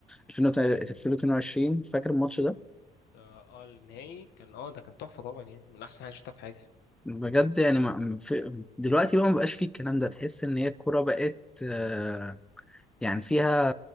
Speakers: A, in the centre; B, on the left.
A: 2022 فاكر الماتش ده
B: اه آه، النهائي كان اه ده كان تحفة طبعا يعني من أحسن حاجة شفتها في حياتي
A: بجد يعني ما في دلوقتي بقى ما بقاش فيه الكلام ده تحس ان هي الكوره بقت آه، يعني فيها